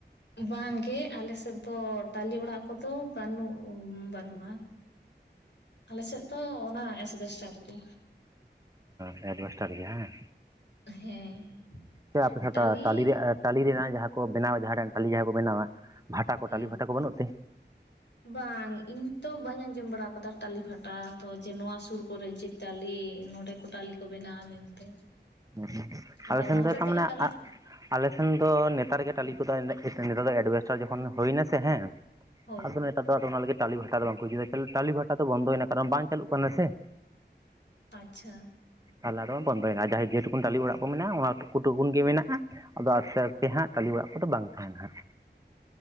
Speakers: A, on the left (about 75°); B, on the right (about 20°).
A: ᱵᱟᱝᱜᱮ ᱟᱞᱮ ᱥᱮᱫ ᱫᱚ ᱛᱟᱞᱮ ᱚᱲᱟᱜ ᱠᱚᱫᱚ ᱵᱟᱹᱱᱩᱜ ᱵᱟᱹᱱᱩᱜᱼᱟ ᱟᱞᱮᱥᱮᱫ ᱫᱚ ᱚᱱᱟ ᱮᱥ ᱵᱮᱥᱴᱟᱨ ᱜᱮ
B: ᱦᱮᱸ ᱟᱡᱵᱮᱥᱴᱟᱨ ᱜᱮ ᱦᱮᱸ
A: ᱦᱮᱸ
B: ᱛᱚ ᱟᱯᱮ ᱥᱮᱫ
A: ᱴᱟᱞᱤ
B: ᱫᱚ ᱛᱟᱞᱮ ᱨᱮᱭᱟᱜ ᱴᱟᱹᱟᱞᱤ ᱨᱮᱱᱟᱜ ᱡᱟᱦᱟᱸ ᱠᱚ ᱵᱮᱱᱟᱣᱟ ᱡᱟᱦᱟᱸ ᱴᱟᱞᱤ ᱡᱟᱦᱟᱸ ᱠᱚ ᱵᱮᱱᱟᱣᱟ ᱵᱷᱟᱴᱟ ᱠᱚ
A: ᱦᱮᱸ
B: ᱴᱟᱞᱤ ᱵᱷᱟᱴᱟ ᱠᱚ ᱵᱟᱹᱱᱩᱜ ᱛᱮ
A: ᱵᱟᱝ ᱤᱧ ᱛᱚ ᱵᱟᱹᱧ ᱟᱸᱡᱚᱢ ᱵᱟᱲᱟ ᱟᱠᱟᱫᱟ ᱴᱟᱞᱤ ᱵᱷᱟᱴᱟ ᱛ ᱡᱮ ᱱᱚᱣᱟ ᱥᱩᱨ ᱠᱚᱨᱮ ᱡᱮ ᱴᱟᱞᱤ ᱱᱚᱸᱰᱮ ᱠᱚ ᱴᱟᱞᱤ ᱠᱚ ᱵᱮᱱᱟᱣᱟ ᱢᱮᱱᱛᱮ
B: ᱦᱸ
A: ᱟᱫᱚ
B: ᱟᱞᱮ ᱥᱮᱱ
A: ᱚᱱᱟ ᱦᱚᱛᱮᱡ
B: ᱫᱚ ᱛᱚ
A: ᱛᱮᱜᱮ
B: ᱢᱟᱱᱮ
A: ᱯᱟᱞᱮᱱ
B: <unintelligible> ᱟᱞᱮᱥᱱ ᱫᱚ ᱱᱮᱛᱟᱨ ᱜᱮ ᱴᱟᱹᱟᱞ ᱠᱚᱫᱚ ᱱᱮᱛᱟᱨ ᱫᱚ ᱮᱡᱵᱷᱮᱥᱴᱟᱨ ᱡᱚᱠᱷᱚᱱ ᱦᱩᱭᱱᱟᱥᱮ ᱦᱮᱸ
A: ᱦᱳᱭ
B: ᱟᱫᱚ ᱱᱮᱛᱟᱨ ᱫᱚ ᱟᱫᱚ ᱚᱱᱟ ᱞᱟᱹᱜᱤᱫ ᱴᱟᱞᱤ ᱵᱷᱟᱴᱟ ᱫᱚ ᱵᱟᱝᱠᱚ ᱡᱩᱫᱟ ᱴᱟᱞᱤ ᱵᱷᱟᱴᱟ ᱫᱚ ᱵᱚᱱᱫᱚᱭᱮᱱᱟ ᱠᱟᱨᱚᱱ ᱵᱟᱝ ᱪᱟᱞᱩᱜ ᱠᱟᱱᱟ ᱥᱮ
A: ᱟᱪᱷᱟ
B: ᱛᱟᱞᱟ ᱨᱮᱷᱚᱸ ᱵᱚᱱᱫᱚᱭᱮᱱᱟ ᱡᱟᱦᱮ ᱡᱮᱴᱩᱠᱩᱱ ᱴᱟᱟᱞᱤ ᱚᱲᱟᱜ ᱠᱚ ᱢᱮᱱᱟᱜᱼᱟ ᱚᱱᱟ ᱴᱩᱠᱩ ᱴᱩᱠᱩᱱ ᱜᱮ ᱢᱮᱱᱟᱜᱼᱟ ᱟᱫᱚ ᱟᱥᱛᱮ ᱟᱥᱛᱮ ᱦᱟᱸᱜ ᱴᱟᱞᱤ ᱚᱲᱟᱜ ᱠᱚᱫᱚ ᱵᱟᱝ ᱛᱟᱦᱮᱱᱟ ᱦᱟᱸᱜ